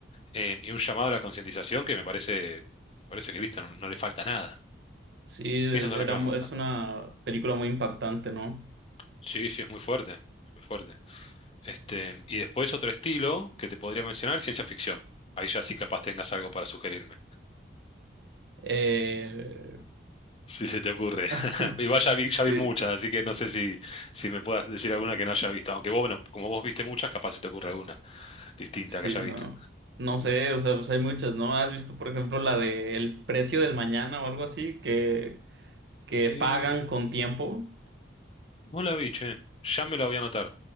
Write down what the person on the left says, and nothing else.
eh, y un llamado a la concientización que me parece, parece que listo, no, no le falta nada.
Esas son
las que más
me gustan.
Sí, sí, es muy fuerte, es muy fuerte. Este, y después otro estilo que te podría mencionar, ciencia ficción. Ahí ya sí capaz tengas algo para sugerirme.
Si se te ocurre.
<laughs> Igual ya vi, ya vi
muchas, así que no sé si, si me puedas decir alguna que no haya visto. Aunque vos, bueno, como vos viste muchas, capaz se te ocurre alguna distinta
que haya
visto.
Eh,
no la vi, che. Ya me la voy a anotar.